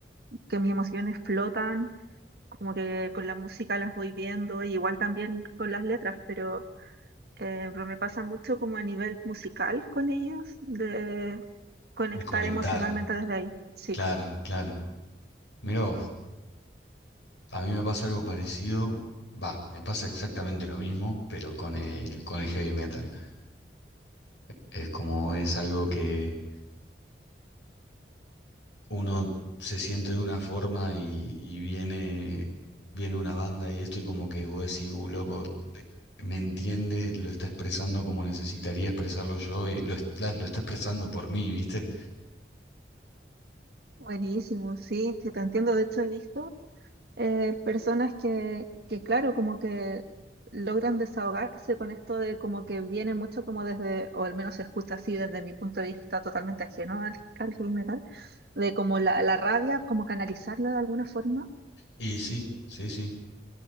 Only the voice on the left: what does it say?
De conectar,
claro, claro. Mirá vos, a mí me pasa algo parecido, va, me pasa exactamente lo mismo, pero con el, con el heavy metal. Es como es algo que uno se siente de una forma y, y viene, viene una banda y esto y como que vos decís, uh, loco, te- me entiende, lo está expresando como necesitaría expresarlo yo y lo, es- la- lo está expresando por mí, ¿viste?
Y sí, sí, sí.